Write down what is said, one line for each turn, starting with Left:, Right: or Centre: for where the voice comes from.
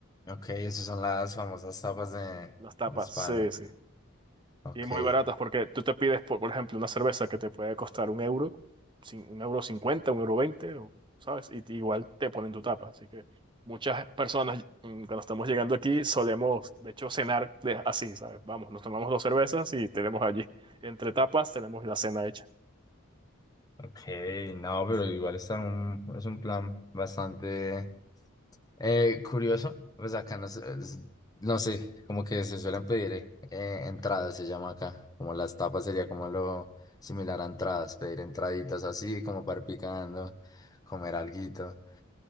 Left: Ok, esas son las famosas tapas de,
Right: Las tapas,
Left: de España.
Right: sí, sí.
Left: Ok.
Right: Y muy baratas porque tú te pides, por, por ejemplo, una cerveza que te puede costar un euro, cin- un euro cincuenta, un euro veinte, o- ¿sabes? Y t- igual te ponen tu tapa. Así que muchas personas, mm, cuando estamos llegando aquí, solemos, de hecho, cenar de- así, ¿sabes? Vamos, nos tomamos dos cervezas y tenemos allí, entre tapas, tenemos la cena hecha.
Left: Ok, no, pero
Right: Sí.
Left: igual está un, es un plan bastante eh, curioso. Pues acá no sé, es- no sé, como que se suelen pedir eh, eh, entradas, se llama acá. Como las tapas sería como lo similar a entradas, pedir entraditas así, como para ir picando, comer alguito.